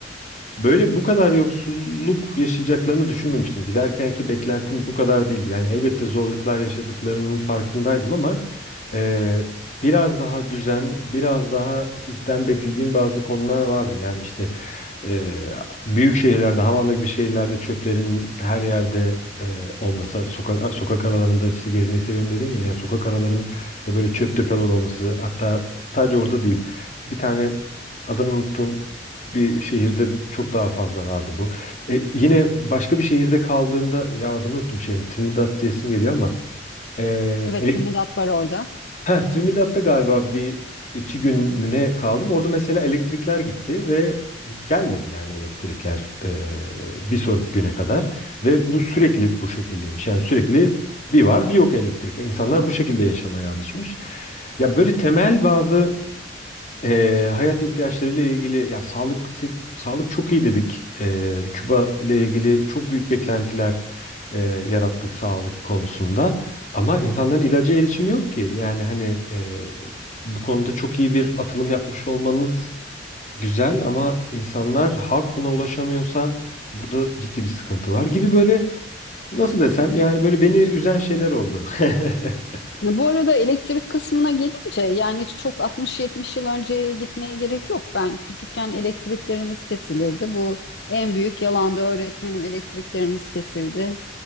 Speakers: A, on the left; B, on the left.
A: Böyle bu kadar yoksulluk yaşayacaklarını düşünmemiştim. Giderkenki beklentim bu kadar değildi. Yani elbette zorluklar yaşadıklarının farkındaydım ama e, biraz daha düzen, biraz daha sistem beklediğim bazı konular vardı. Yani işte e, büyük şehirlerde, Havana gibi şehirlerde çöplerin her yerde e, olması, sokak, sokak aralarında işte gezmeyi seviyorum dedin ya, yani sokak aralarında böyle çöp tepeler olması, hatta sadece orada değil. Bir tane adını unuttum bir şehirde çok daha fazla vardı bu. E, yine başka bir şehirde kaldığımda ya adını unuttum şehrin Trinidad diyesim geliyor ama e,
B: Evet,
A: elek-
B: Trinidad var orada.
A: Heh, Trinidad'da galiba bir iki gün
B: Hı hı.
A: müne kaldım. Orada mesela elektrikler gitti ve gelmedi yani elektrikler e, bir sonraki güne kadar ve bu sürekli bu şekildeymiş. Yani sürekli bir var bir yok elektrik. İnsanlar bu şekilde yaşamaya alışmış. Ya böyle temel bazı Eee, hayat ihtiyaçlarıyla ilgili ya sağlık sek- sağlık çok iyi dedik. Eee, Küba ile ilgili çok büyük beklentiler eee, yarattık sağlık konusunda. Ama insanların ilaca erişimi yok ki. Yani hani eee, bu konuda çok iyi bir atılım yapmış olmanız güzel ama insanlar halk buna ulaşamıyorsa burada ciddi bir sıkıntı var gibi böyle nasıl desem yani böyle beni üzen şeyler oldu. <laughs>
B: Bu arada elektrik kısmına gelince yani çok 60-70 yıl önceye gitmeye gerek yok. Ben küçükken elektriklerimiz kesilirdi. Bu en büyük yalandı. Öğretmenim elektriklerimiz kesildi.